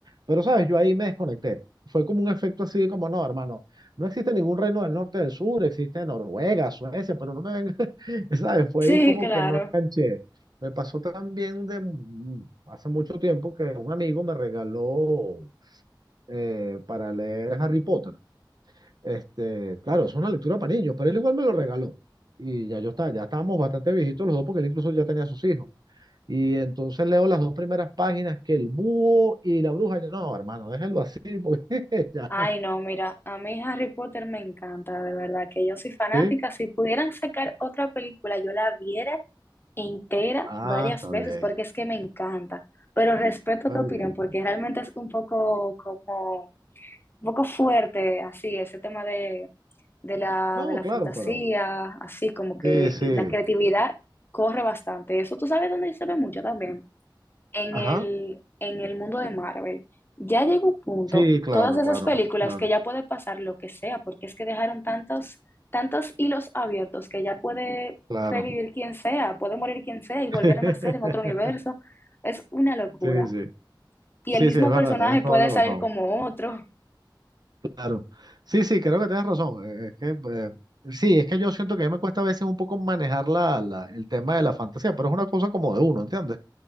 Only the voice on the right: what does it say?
Pero, ¿sabes? Yo ahí me desconecté. Fue como un efecto así como, no, hermano, no existe ningún reino del norte del sur, existe Noruega, Suecia, pero no me ven, <laughs> ¿sabes? Fue
ahí como
que no enganché. Me pasó también de mm, hace mucho tiempo que un amigo me regaló eh, para leer Harry Potter. Este, claro, es una lectura para niños, pero él igual me lo regaló. Y ya yo estaba, ya estábamos bastante viejitos los dos, porque él incluso ya tenía sus hijos. Y entonces leo las dos primeras páginas, que el búho y la bruja. Yo, no, hermano, déjenlo así, porque <laughs> ya.
¿Sí?
Ah,
está
bien,
está
bien, está
bien.
No,
claro,
pero.
Sí, sí.
Ajá.
Sí, claro,
claro,
claro,
claro.
<laughs>
Sí, sí.
Sí,
sí, es verdad,
tienes toda
la razón.
Claro. Sí, sí, creo que tienes razón. Eh, Es que, eh, sí, es que yo siento que a mí me cuesta a veces un poco manejar la, la- el tema de la fantasía, pero es una cosa como de uno, ¿entiendes?